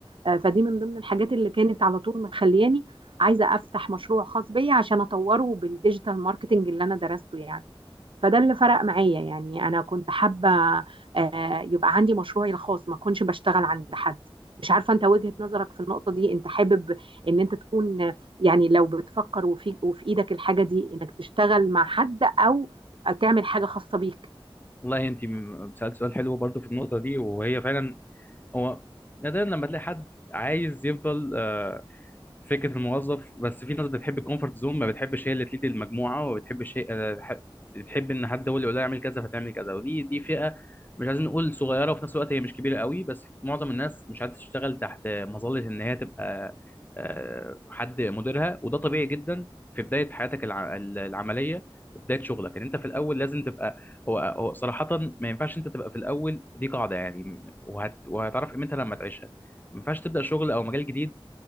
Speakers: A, on the right; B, on the left.
A: آه، فدي من ضمن الحاجات اللي كانت على طول مخلياني عايزه افتح مشروع خاص بيا عشان اطوره بالديجيتال ماركتنج اللي انا درسته يعني فده اللي فرق معايا يعني انا كنت حابه آه، يبقى عندي مشروعي الخاص ما اكونش بشتغل عند حد مش عارفه انت وجهه نظرك في النقطه دي انت حابب ان انت تكون آه، يعني لو بتفكر وفي وفي ايدك الحاجه دي انك تشتغل مع حد او تعمل حاجه خاصه بيك
B: والله انت م- سألت سؤال حلو برضو في النقطة دي وهي فعلا هو نادرا لما تلاقي حد عايز يفضل آه، فكره الموظف بس في ناس بتحب الكومفورت زون ما بتحبش هي اللي تليد المجموعه وما بتحبش هي آه، بح- بتحب ان حد هو اللي يقول لها اعمل كذا فتعمل كذا ودي دي فئه مش عايزين نقول صغيره وفي نفس الوقت هي مش كبيره قوي بس معظم الناس مش عايزه تشتغل تحت مظله ان هي تبقى آه، حد مديرها وده طبيعي جدا في بدايه حياتك الع- ال- العمليه وبدايه شغلك ان انت في الاول لازم تبقى هو هو صراحه ما ينفعش انت تبقى في الاول دي قاعده يعني وهت وهتعرف قيمتها لما تعيشها ما ينفعش تبدا شغل او مجال جديد